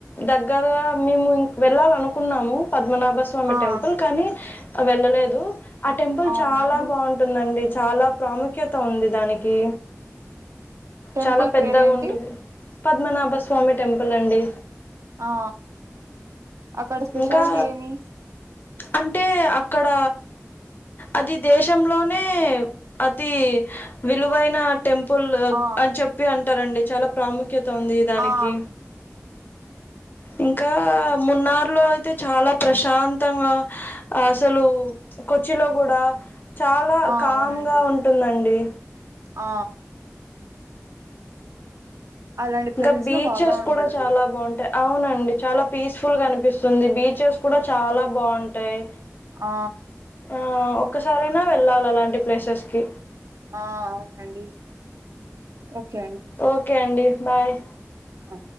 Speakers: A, on the left; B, on the right.
A: దగ్గ దగ్గర మేముం వెళ్ళాలనుకున్నాము పద్మనాభ ప్ప స్వామి
B: ఆ
A: టెంపుల్ కానీ వెళ్ళలేదు ఆ టెంపుల్
B: అవునా
A: చాలా
B: అండి
A: బాగుంటుందండి చాలా ప్రాముఖ్యత ఉంది దానికి
B: టెంపుల్
A: చాలా పెద్దగా
B: పేరేంటి
A: ఉంటది. పద్మనాభ స్వామి టెంపుల్ అండి
B: ఆ అక్కడ స్పెషాలిటీ
A: ఇంకా
B: ఏమి
A: అంటే అక్కడ అది దేశంలోనే అతి విలువైన టెంపుల్
B: ఆ
A: అని చెప్పి అంటారండి చాలా ప్రాముఖ్య ముఖ్యత ఉంది దానికి
B: ఆ
A: ఇంకా మున్నార్లో అయితే చాలా ప్రశాంతంగా అసలు కొచ్చిలో కూడా చాలా
B: ఆ
A: కామ్గా
B: అవునండి
A: ఉంటుందండి
B: ఆ అలాంటి ప్లేసెస్
A: ఇంకా బీచెస్
B: లో బాగా ఉంటుంది
A: కూడా చాలా బాగుంటాయి అవునండి చాలా పీస్ఫుల్ గా అనిపిస్తుంది బీచెస్ కూడా చాలా బాగుంటాయి
B: ఆ
A: ఆ, ఒక్కసారైనా వెళ్ళాలి అలాంటి ప్లేసెస్కిి
B: ఆ అవునండి ఓకే
A: ఓకే అండి బాయ్
B: అ